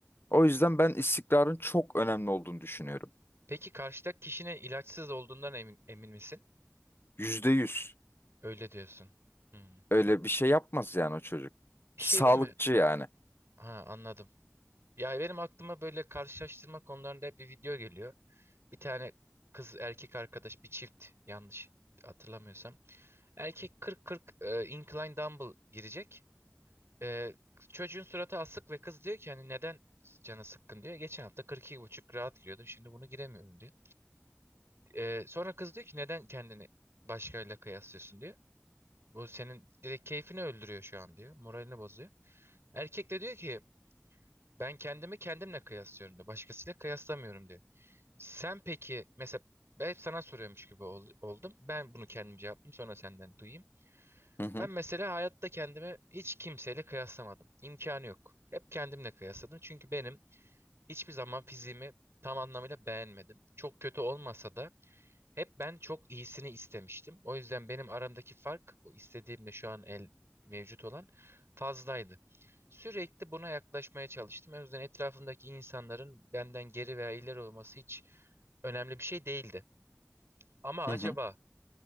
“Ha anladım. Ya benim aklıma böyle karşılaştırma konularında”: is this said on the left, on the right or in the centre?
Right